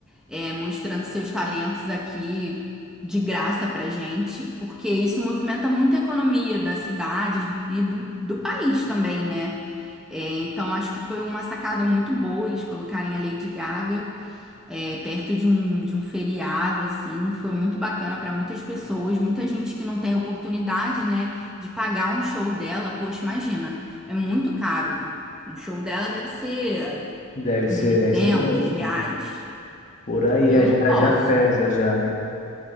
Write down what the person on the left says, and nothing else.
Deve ser,
é isso mesmo.
Por aí
é,
já,
já pesa já, né?